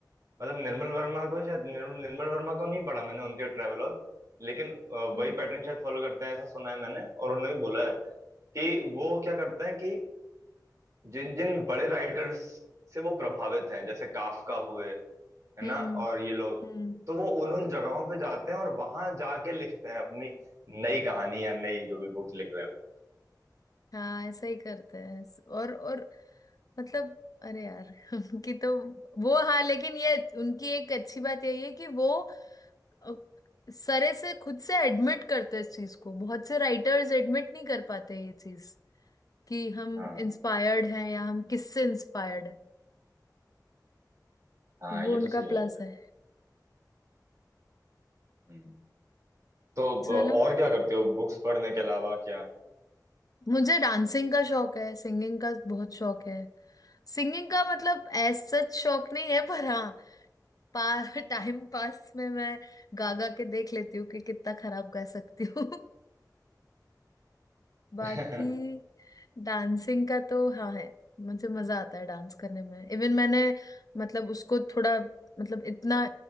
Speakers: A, on the right (about 50°); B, on the left (about 55°).
A: मतलब निर्मल वर्मा को शायद निर्मल निर्मल वर्मा को नहीं पढ़ा मैंने उनके ट्रेवलॉग लेकिन अ, वही
B: हम्म
A: पैटर्न शायद फॉलो करते हैं ऐसा सुना है मैंने और उन्होंने भी बोला है कि वो क्या करते हैं कि जिन जिन बड़े राइटर्स से वो प्रभावित हैं जैसे काफका हुए है
B: हम्म
A: ना और ये लोग
B: हम्म,
A: तो वो उन उन जगहों पे जाते हैं और वहां जाके लिखते हैं अपनी नई कहानी या नई जो भी बुक लिख रहे हो
B: हाँ ऐसा ही करते हैं और और मतलब अरे यार <laughs> कि तो वो हाँ लेकिन ये उनकी एक अच्छी बात यही है कि वो अ, सरे से खुद से एडमिट करते हैं इस चीज को बहुत से राइटर्स एडमिट नहीं कर पाते ये चीज कि हम
A: हाँ
B: इंस्पायर्ड हैं या हम किससे इंस्पायर्ड हैं
A: हाँ
B: वो
A: ये
B: उनका
A: तो सही
B: प्लस
A: बात है
B: है
A: हम्म तो
B: चलो
A: ब- और क्या करते हो बुक्स पढ़ने के अलावा क्या
B: मुझे डांसिंग का शौक है सिंगिंग का बहुत शौक है सिंगिंग का मतलब एज सच शौक नहीं है पर हाँ पार टाइम पास में मैं गा गा के देख लेती हूँ कि कितना खराब गा सकती हूँ <laughs> बाकी
A: <laughs>
B: डांसिंग का तो हाँ है मुझे मजा आता है डांस करने में इवन मैंने मतलब उसको थोड़ा मतलब इतना